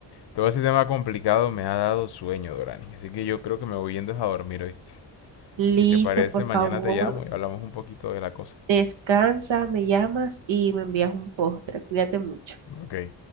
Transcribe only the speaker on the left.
Todo ese tema complicado me ha dado sueño, Dorani, así que yo creo que me voy yendo a dormir, ¿oíste?
Si te parece,
mañana
te llamo y hablamos un poquito de la cosa.
Ok.